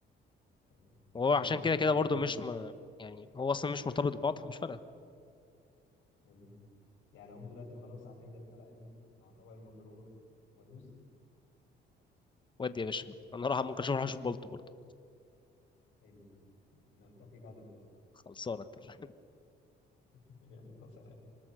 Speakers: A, on the left; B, on the left.
A: حلو
B: وهو
A: خلاص
B: عشان
A: انا اقوم
B: كده
A: دلوقتي
B: كده برضه
A: اعمل لي
B: مش ما يعني هو أصلا مش مرتبط ببعض فمش فارقة
A: حلو يعني اقوم دلوقتي خلاص اعتمد الحلقه دي مع طبق المكرونه وادوس
B: ودي يا باشا انا راح ممكن اشوف اروح اشوف بولت برضه
A: حلو ن- نلتقي بعد الفاصل
B: خلصانه اتفقنا
A: <laughs> يلا سلام